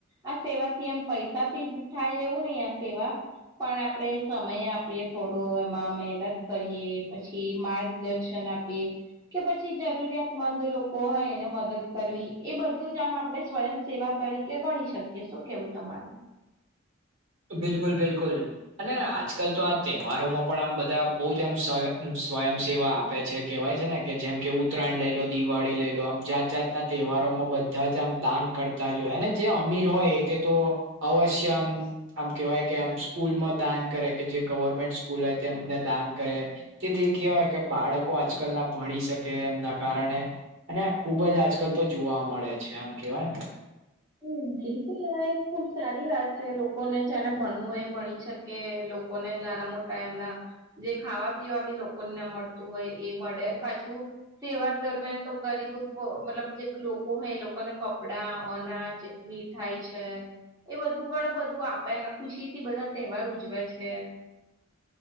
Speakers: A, on the right; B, on the right.
A: આ સેવાથી એમ પૈસા થી જ થાય એવું નહી આ સેવા પણ આપડે. સમય આપીએ થોડો એમાં મહેનત કરીએ પછી માર્ગદર્શન આપીએ. કે પછી જરૂરિયાતમંદ લોકો હોય એને મદદ કરવી એ બધું જ આમ આપડે સ્વયં. સેવા તરીકે ગણી શકીએ શું કેવું તમારું.
B: બિલકુલ બિલકુલ. અને આજકાલ તો આ તહેવારોમાં પણ આમ બધા બહુ જ આમ સ્વ સ્વયં સેવા આપે છે. કેહેવાય છે ને કે જેમ કે ઉત્તરાયણ લઈ લો દિવાળી લઈ લો આમ જાત જાતના તહેવારો માં બધા જ આમ દાન કરતા. અને જે અમીર હોય તે તો અવશ્ય આમ. આમ કેહેવાય કે આમ સ્કૂલમાં દાન કરે કે જે ગવર્મેન્ટ સ્કૂલ હોય તેમને દાન કરે. તેથી કેહેવાય કે બાળકો આજકાલ ના ભણી શકે એમના કારણે. અને આ ખુબ જ આજકાલ તો જોવા મળે છે આમ કેવાય ને.
A: હ બિલકુલ આ એ ખુબ સારી વાત છે લોકોને જેને ભણવું હોય એ ભણી શકે. કે લોકોને નાના મોટા એમના. જે ખાવા પીવા બી લોકોને ન મળતું હોય એ મળે પાછું. તહેવાર દરમિયાન તો ગરીબ મતલબ જે લોકો હોય એ લોકોને કપડા અનાજ. મીઠાઈ છે. એ બધું ઘણું બધું આપે અને ખુશી થી બધા તહેવાર ઉજવે છે.